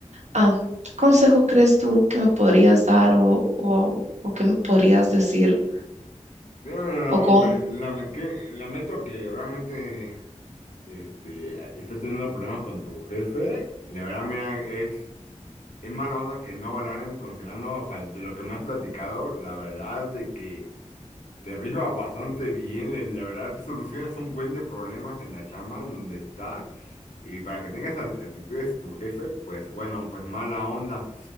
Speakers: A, on the right; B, on the left.
A: ah, ¿qué consejo crees tú que me podrías dar o, o, o qué me podrías decir?
B: Bueno, Ramón,
A: O cómo-
B: me lame- que- lamento que realmente este, estés teniendo problemas con tu jefe. La verdad, mira, es, es mala onda que no valoren considerando, o sea, de lo que me has platicado, la verdad de que te rifas bastante bien, le- la verdad solucionas un buen de problemas en la chamba en donde estás. Y para que tengas actitudes tu jefe, pues bueno, pues mala onda.